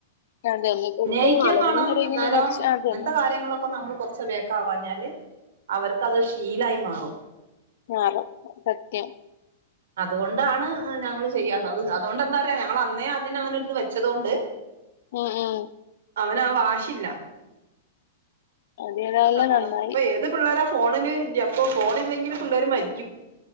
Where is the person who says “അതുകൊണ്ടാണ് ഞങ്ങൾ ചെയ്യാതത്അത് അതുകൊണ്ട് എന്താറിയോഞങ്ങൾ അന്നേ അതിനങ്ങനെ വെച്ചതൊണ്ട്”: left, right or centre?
Right